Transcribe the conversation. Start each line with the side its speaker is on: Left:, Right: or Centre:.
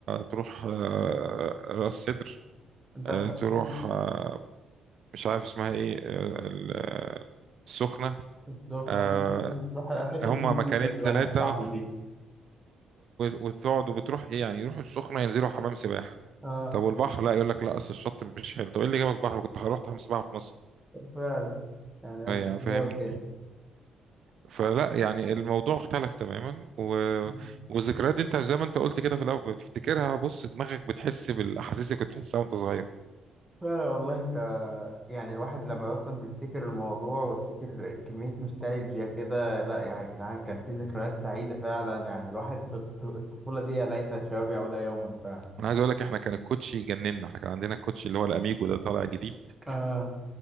Right: تروح آه،
Centre: مم.
Right: راس سدر
Centre: انت
Right: آه،
Centre: انا
Right: تروح آه، مش عارف اسمها ايه آه، ال- آه، السخنة
Centre: بالظبط
Right: آه،
Centre: أنا عاوز- روح الحته
Right: هما
Centre: دي نضيفة
Right: مكانين
Centre: اللي
Right: ثلاثة
Centre: مالهاش طعم دي
Right: وتقعدوا بتروح ايه يعني يروحوا السخنة ينزلوا حمام سباحة
Centre: اه
Right: طب والبحر لا يقول لك لا اصل الشط مش حلو طب ايه اللي جابك بحر ما كنت هروح حمام سباحة في مصر
Centre: فعلا يعني أصل
Right: يعني فاهمني
Centre: إجابة تاني
Right: فلا يعني الموضوع اختلف تماما و...
Centre: <laughs>
Right: والذكريات دي انت زي ما انت قلت كده في الاول بتفتكرها بص دماغك بتحس بالاحاسيس اللي كنت بتحسها وانت صغير
Centre: والله انت يعني الواحد لما اصلا بيفتكر الموضوع ويفتكر كمية نوستالجيا كده لا يعني يا جدعان كان في ذكريات سعيدة فعلا يعني الواحد في الط- الطفولة دي يا ليت الشباب يعود يوما فعلا
Right: انا عايز اقول لك احنا كان الكوتشي يجننا احنا كان عندنا الكوتشي اللي هو الاميجو ده طالع جديد
Centre: اه